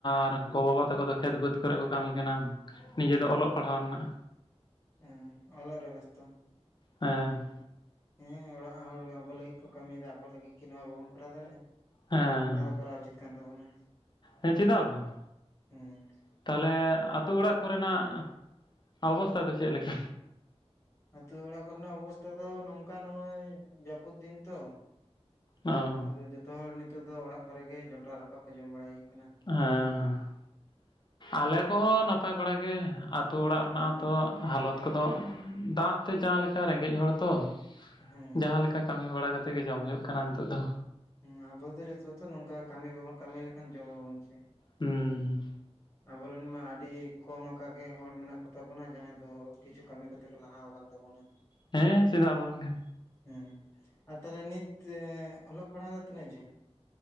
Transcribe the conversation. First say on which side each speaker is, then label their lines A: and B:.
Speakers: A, on the left (about 45°); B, on the left (about 25°).
A: ᱟᱨ ᱜᱚᱼᱵᱟᱵᱟ ᱛᱟᱠᱚ ᱫᱚ ᱠᱷᱮᱛ ᱵᱟᱹᱫᱽ ᱠᱚᱨᱮ ᱠᱚ ᱠᱟᱹᱢᱤ ᱠᱟᱱᱟ ᱱᱤᱡᱮ ᱫᱚ ᱚᱞᱚᱜ ᱯᱟᱲᱦᱟᱣ ᱨᱮᱱᱟᱜ᱾
B: ᱦᱩᱸ ᱚᱞᱟᱜ ᱨᱮ ᱵᱮᱥᱛᱚ ᱾
A: ᱦᱮᱸ᱾
B: ᱦᱮᱸ ᱚᱲᱟᱜ ᱦᱚᱲ ᱟᱵᱚ ᱞᱟᱹᱜᱤᱫ ᱠᱚ ᱠᱟᱹᱢᱤᱭᱮᱫᱟ, ᱟᱠᱚ ᱞᱟᱹᱜᱤᱫ ᱠᱤ ᱱᱚᱣᱟ ᱵᱟᱵᱚᱱ ᱠᱚᱨᱟᱣ ᱫᱟᱲᱮᱭᱟᱜᱼᱟ?
A: ᱦᱮᱸ
B: ᱱᱚᱣᱟ ᱫᱚ ᱠᱚᱨᱟᱣ ᱩᱪᱤᱛ ᱠᱟᱱ ᱛᱟᱵᱚᱱᱟ᱾
A: ᱦᱮᱸ ᱪᱮᱫᱟᱜ ᱵᱟᱝ
B: ᱦᱮᱸ,
A: ᱛᱟᱦᱚᱞᱮ ᱟᱛᱳ ᱚᱲᱟᱜ ᱠᱚᱨᱮᱱᱟᱜ ᱚᱵᱚᱥᱛᱟ ᱫᱚ ᱪᱮᱫ ᱞᱮᱠᱟ?
B: ᱟᱛᱳ ᱚᱲᱟᱜ ᱠᱚᱨᱮᱱᱟᱜ ᱚᱵᱚᱥᱛᱟ ᱫᱚ ᱱᱚᱝᱠᱟ ᱱᱚᱜᱚᱭ ᱡᱟᱹᱯᱩᱫ ᱫᱤᱱ ᱛᱚ,
A: ᱚ
B: ᱟᱫᱚ ᱡᱚᱛᱚ ᱦᱚᱲ ᱱᱤᱛᱳᱜ ᱫᱚ ᱚᱲᱟᱜ ᱠᱚᱨᱮ ᱜᱮ ᱡᱚᱱᱰᱨᱟ ᱨᱟᱯᱟᱜ ᱠᱚ ᱡᱚᱢ ᱵᱟᱲᱟᱭ ᱦᱩᱭᱩᱜ ᱠᱟᱱᱟ ᱾
A: ᱦᱮᱸ ᱟᱞᱮ ᱠᱚᱦᱚᱸ ᱱᱟᱯᱟᱭ ᱵᱟᱲᱟ ᱜᱮ ᱾ ᱟᱛᱳ ᱚᱲᱟᱜ ᱨᱮᱱᱟᱜ
B: ᱦᱮᱸ
A: ᱦᱚᱛᱚ ᱦᱟᱞᱚᱛ ᱠᱚᱫᱚ ᱫᱟᱜ ᱛᱮ ᱡᱟᱦᱟᱸ ᱞᱮᱠᱟ ᱨᱮᱸᱜᱮᱡ ᱦᱚᱲ ᱛᱚ᱾
B: ᱦᱮᱸ
A: ᱡᱟᱦᱟᱸᱞᱮᱠᱟ ᱠᱟᱹᱢᱤ ᱵᱟᱲᱟ ᱠᱟᱛᱮ ᱜᱮ ᱡᱚᱢ ᱦᱩᱭᱩᱜ ᱠᱟᱱᱟ ᱱᱤᱛᱳᱜ ᱫᱚ᱾
B: ᱦᱮᱸ ᱟᱵᱚ ᱡᱚᱛᱚ ᱛᱚ ᱱᱚᱝᱠᱟ ᱠᱟᱹᱢᱤ ᱵᱟᱵᱚᱱ ᱠᱟᱹᱢᱤ ᱞᱮᱠᱷᱟᱱ ᱡᱚᱢᱟᱵᱚᱱ ᱪᱮᱫ?
A: ᱦᱩᱸᱻ
B: ᱟᱵᱚᱨᱮᱱ ᱢᱟ ᱟᱹᱰᱤ ᱠᱚᱢ ᱟᱠᱟ ᱜᱮ ᱦᱚᱲ ᱢᱮᱱᱟᱜ ᱠᱚ ᱛᱟᱵᱚᱱᱟ ᱡᱟᱦᱟᱸᱭ ᱫᱚ ᱠᱤᱪᱷᱩ ᱠᱟᱹᱢᱤ ᱠᱚᱛᱮ ᱠᱚ ᱞᱟᱦᱟ ᱠᱟᱣᱱᱼᱼ ᱛᱟᱵᱚᱱᱟᱼᱼ
A: ᱦᱮᱸ ᱪᱮᱫᱟᱜ ᱵᱟᱝᱜᱮ᱾
B: ᱦᱮᱸ ᱟᱨ ᱛᱟᱦᱚᱞᱮ ᱱᱤᱛ ᱚᱞᱚᱜ ᱯᱟᱲᱦᱟᱜ ᱫᱚ ᱛᱤᱱᱟᱹᱜ ᱡᱷᱟᱹᱞ?